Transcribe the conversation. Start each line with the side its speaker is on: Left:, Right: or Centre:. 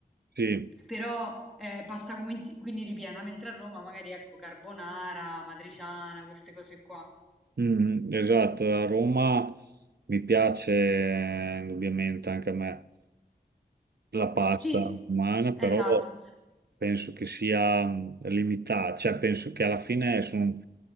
Right: sì.
Centre: Però eh, pasta quinti- quindi ripiena, mentre a Roma magari ecco carbonara, matriciana, queste cose qua.
Right: Mm, esatto, a Roma mi piace eh, indubbiamente anche a me la pasta
Centre: Sì,
Right: romana,
Centre: esatto.
Right: però penso che sia mm, limitata, cioè penso che alla fine sono,